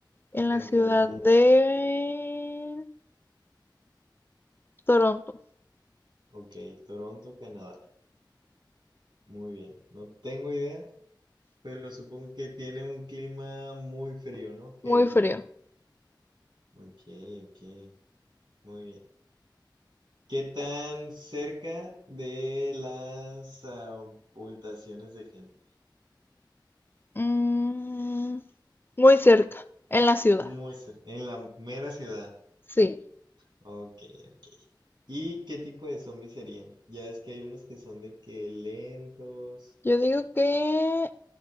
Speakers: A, on the left; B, on the right.
A: en
B: en
A: la ciudad
B: Canadá?
A: de Toronto.
B: Ok, Toronto, Canadá. Muy bien. No tengo idea, pero supongo que tiene un clima muy frío, ¿no? Gélido.
A: Muy frío.
B: Ok, ok. Muy bien. ¿Qué tan cerca de las abultaciones de gente?
A: Mm, muy cerca, en la ciudad.
B: Muy cerca. En la mera ciudad.
A: Sí,
B: Ok, ok. ¿Y qué tipo de zombies serían? Ya es que hay unos que son de que lentos,
A: yo digo que